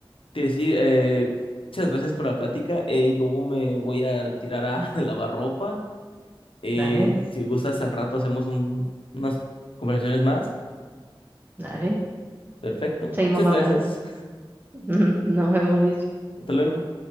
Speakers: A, on the left; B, on the right.
A: Te decir, eh, muchas gracias por la plática. Eh, yo me voy a retirar a <laughs> lavar ropa. Eh,
B: dale,
A: si gustas, al rato hacemos un- unas conversaciones más.
B: dale.
A: Perfecto.
B: Seguimos
A: Muchas
B: hablando.
A: gracias.
B: <laughs> Nos vemos, Luis.
A: Hasta luego.